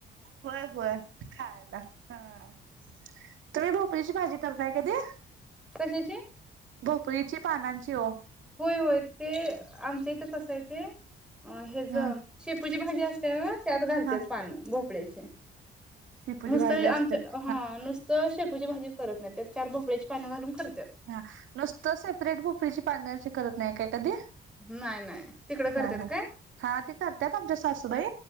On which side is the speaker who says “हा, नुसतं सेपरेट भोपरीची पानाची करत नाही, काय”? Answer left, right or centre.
Right